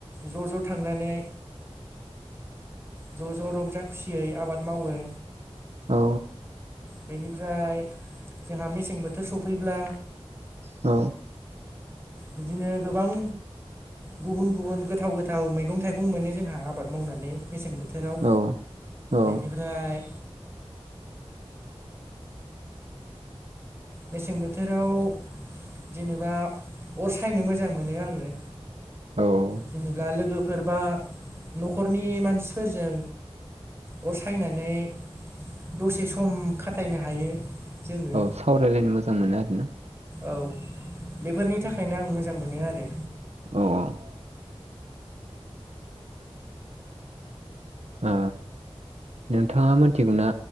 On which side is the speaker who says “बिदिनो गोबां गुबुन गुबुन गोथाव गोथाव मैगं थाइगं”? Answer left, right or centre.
Right